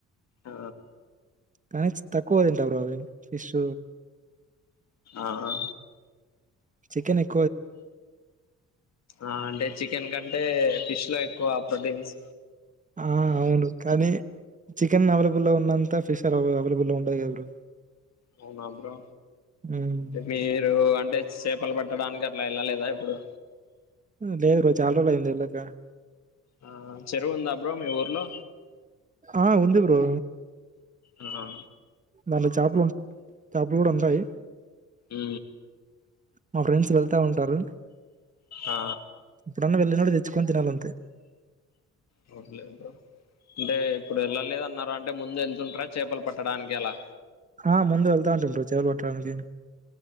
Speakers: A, on the left (about 60°); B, on the right (about 25°).
A: ఆ
B: కాని తక్కువ తింటాను అవి బ్రో పీష్
A: ఆహా
B: చికెన్ ఎ
A: ఆ అంటే చికెన్ కా అంటే ఫిష్ లో ఎక్కువ ప్రొటిన్స్
B: ఆ అవును కానీ చికెన్ ఆవేలబుల్ లో ఉన్నంత పిష్ అవైలబుల్ ఉండదు కదా బ్రో
A: అవునా బ్రో
B: హ్మ్.
A: మీరు అం అంటే చేపలు పట్టడానికి అట్లా వెళ్ళలేదా ఎప్పుడు
B: లేదు బ్రో చాలా రోజులు అయింది వేళ్ళక
A: ఆ చెరువు ఉందా అ బ్రో మీ ఊర్లో
B: ఆ ఉంది బ్రో
A: అహా
B: మళ్ళీ చేపలు చేపలు కూడా ఉంటాయి
A: ఊ
B: మా ఫ్రెండ్స్ వెళ్తా ఉంటారు
A: ఆ
B: ఎప్పుడన్నా వెళ్ళినపుడు తెచ్చుకొని తినాలి అ
A: అవుట్లే బ్రో అంటే ఇప్పుడు వెళ్ళలేదన్నారా అంటే ముందు వె ళ్తుట్ర చేపలు పట్టడానికి ఎలా
B: ఆ ముందు వెళ్తా ఉంటుంట్రు బ్రో చెపలు పట్టడానికి